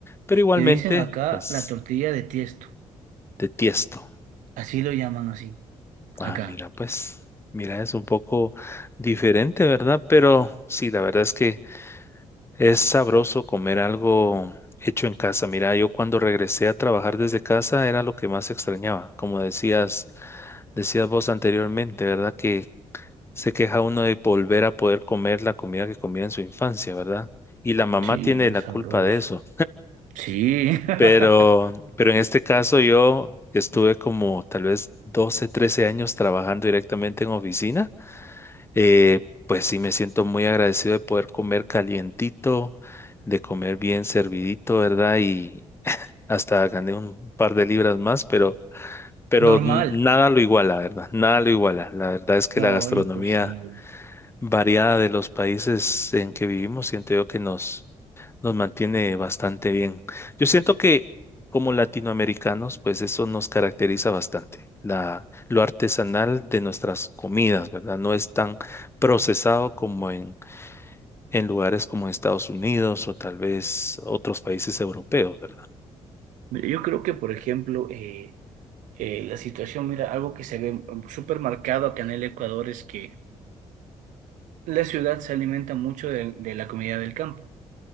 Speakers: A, on the left; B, on the right.
A: pero igualmente,
B: Le dicen acá
A: pues,
B: la tortilla de tiesto,
A: de tiesto.
B: así lo llaman así, acá.
A: Ah, mira, pues, mira, es un poco diferente, ¿verdad? Pero sí, la verdad es que es sabroso comer algo hecho en casa. Mira, yo cuando regresé a trabajar desde casa era lo que más extrañaba, como decías Decías vos anteriormente, ¿verdad? Que se queja uno de volver a poder comer la comida que comía en su infancia, ¿verdad? Y la mamá
B: Sí,
A: tiene la
B: sabroso.
A: culpa de eso.
B: Sí. <laughs>
A: Pero, pero en este caso yo que estuve como tal vez 12 13 años trabajando directamente en oficina, eh, pues sí me siento muy agradecido de poder comer calientito, de comer bien servidito, ¿verdad? Y hasta gané un par de libras más, pero pero
B: Normal.
A: n- nada lo iguala, ¿verdad? Nada lo iguala. La verdad es que
B: No,
A: la gastronomía
B: imposible.
A: variada de los países en que vivimos, siento yo que nos, nos mantiene bastante bien. Yo siento que como latinoamericanos, pues eso nos caracteriza bastante. La, lo artesanal de nuestras comidas, ¿verdad? No es tan procesado como en, en lugares como Estados Unidos o tal vez otros países europeos, ¿verdad?
B: Mira, Yo creo que, por ejemplo, eh, eh, la situación, mira, algo que se ve mm, súper marcado acá en el Ecuador es que la ciudad se alimenta mucho de, de la comida del campo.